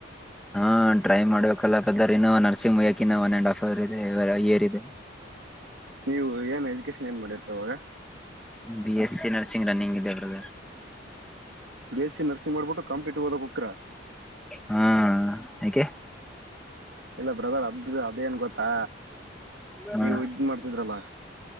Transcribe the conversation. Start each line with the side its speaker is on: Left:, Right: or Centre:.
Centre: ಹಾ ಟ್ರೈ ಮಾಡ್ಬೇಕಲ್ಲದರ್ ಇನ್ನು ನರ್ಸಿಂಗ್ ಬಯಕ ಇನ್ನು ಒನ್ ಅಂಡ್ ಹಫ್ ಅವರ್ ಇದೆ ಇಯರ್ ಇದೆ.
Right: ನೀವು ಏನ್ ಎಜುಕೇಶನ್ ಏನ್ ಮಾಡಿರ್ತವಾಗ
Centre: B S C nursing running ಇದೆ. Brother,
Right: B S C nursing ಮಾಡ್ಬಿಟ್ಟು ಕಾಂಪ್ಲೀಟಿವ್ ಓದಕ್ ಹೋಗ್ತೀರಾ.
Centre: ಹಾ ಯಾಕೆ.
Right: ಇಲ್ಲ ಬ್ರದರ್ ಅದ ಅದೇಏನ್ ಗೊತ್ತಾ.
Centre: ಹಾ
Right: ನೀವು ಇದ್ ಮಾಡ್ತಿದ್ರಲ್ಲ